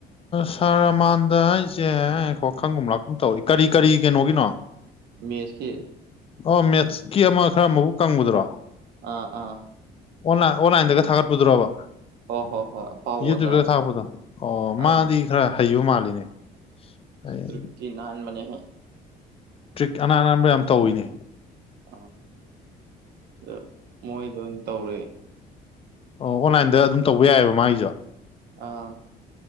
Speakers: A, on the left; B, on the right.
A: ꯁꯥꯔ ꯔꯃꯥꯟꯗ ꯍꯥꯏꯁꯦ ꯀꯣ ꯈꯪꯒꯨꯝꯕ ꯂꯥꯛꯀꯨꯝ ꯇꯧꯏ ꯀꯔꯤ ꯀꯔꯤ ꯀꯩꯅꯣꯒꯤꯅꯣ꯫
B: ꯃꯦꯁꯀꯤ꯫
A: ꯑꯣ ꯃꯦꯠꯁꯀꯤ ꯑꯃ ꯈꯔ ꯃꯕꯨꯛ ꯀꯪꯕꯉꯗꯨꯔꯣ
B: ꯑꯥ ꯑꯥ
A: ꯑꯣꯟꯥꯏ ꯑꯣꯟꯂꯥꯏꯟꯗꯒ ꯊꯥꯒꯠꯄꯗꯨ꯭ꯔꯣꯕ꯫
B: ꯑꯣ ꯍꯣ ꯍꯣꯏ꯫ ꯑꯐꯥꯎꯕ
A: ꯌꯨꯇ꯭ꯌꯨꯕꯇ
B: ꯑꯣꯖꯥꯗꯣ
A: ꯊꯥꯛꯔꯛꯄꯗꯣ ꯑꯣ ꯃꯥꯗꯤ
B: ꯑꯥ
A: ꯈꯔ ꯍꯩꯕ ꯃꯥꯜꯂꯤꯅꯦ꯫ ꯑꯩ
B: ꯇ꯭ꯔꯤꯛꯇꯤ ꯅꯥꯟꯕꯅꯦꯍꯦ
A: ꯇ꯭ꯔꯤꯛ ꯑꯅꯥꯟ ꯑꯅꯥꯟꯕ ꯌꯥꯝ ꯇꯧꯋꯤꯅꯦ
B: ꯑ ꯑꯗꯣ ꯃꯣꯏꯗ ꯑꯣꯏꯅ ꯇꯧꯔꯦ
A: ꯑꯣ ꯑꯣꯟꯂꯥꯏꯟꯗ ꯑꯗꯨꯝ ꯇꯧꯕ ꯌꯥꯏꯕ ꯃꯥꯒꯤꯖꯨ
B: ꯑꯥ